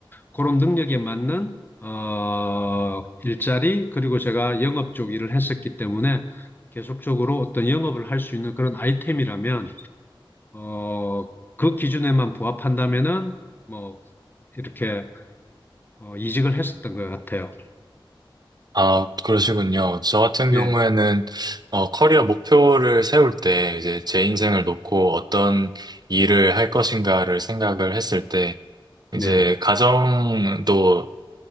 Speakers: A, on the left; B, on the right.
A: 그런 능력에 맞는 어, 일자리 그리고 제가 영업 쪽 일을 했었기 때문에 계속적으로 어떤 영업을 할 수 있는 그런 아이템이라면 어, 그 기준에만 부합한다면은 뭐 이렇게 어, 이직을 했었던 것 같아요.
B: 아, 그러시군요. 저 같은 경우에는,
A: 네,
B: 어, 커리어 목표를 세울 때, 이제 제 인생을 놓고 어떤 일을 할 것인가를 생각을 했을 때,
A: 네,
B: 이제 가정도,